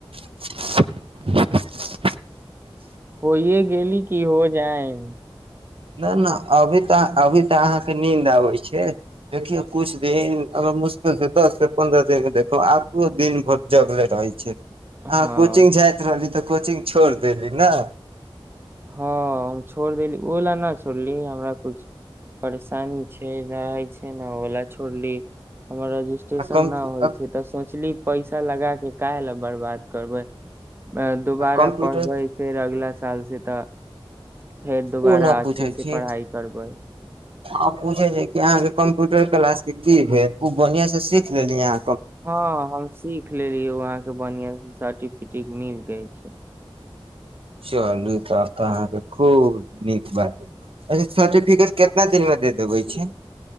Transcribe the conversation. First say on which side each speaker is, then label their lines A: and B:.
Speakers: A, on the right; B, on the right.
A: <inaudible>
B: होए गेलेली की हो जाए
A: नहि नहि अभी तऽ अभी तऽ अहाँके नींन्द आबैत छै देखियौ किछु दिन अगर मुश्किलसँ दससँ पन्द्रह दिननके देखौ आो दिन भर जगले रहैत छै अहाँ
B: हँ
A: कोचिंग जायइत रहली तऽ कोचिंग छोड़ देली न
B: हँ छोड़ देली बोल न छोड़ली हमरा कुछ परेशानी छै नहि होइ छै ओला छोड़ली हमर रजिस्ट्रेशन
A: कम
B: न होइ
A: आ
B: छै ते सोचली पैसा लगा के काहे ले बर्बाद करबैय अ दुबारा
A: कम्प्यूटर
B: पढ़बै फेर अगला साल से तऽ फेर दुबारा
A: ओ न पूछै
B: अच्छे से
A: छी
B: पढ़ाइ करबै
A: आ पूछे छै क अहाँ के कंप्यूटर क्लास के की भेल उ बढ़िया से सीख लेलीहाँ
B: हँ हम सीख लेली वहाँ बढि़या सर्टिफिकेट मिल गय छै
A: चलू त आब तऽ अहाँके खूब नीक बात ह अच्छा सर्टिफिकेट कितना दिनमे दऽ देबैय छै